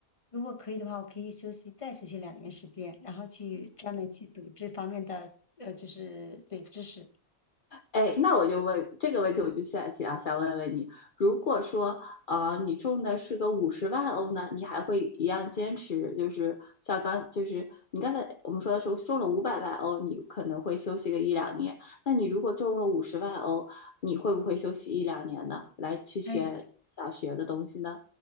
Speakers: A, on the left; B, on the left.
A: 如果可以的话，我可以休息再休息两年时间，然后去专门去读这方面的呃，就是对知识。
B: 哎，那我就问这个问题，我就想想想问问你，如果说呃你中的是个五十万欧呢，你还会一样坚持？就是像刚就是你刚才我们说的时候中了五百万欧，你可能会休息个一两年。那你如果中了五十万欧，你会不会休息一两年呢？来去学想学的东西呢？
A: 哎，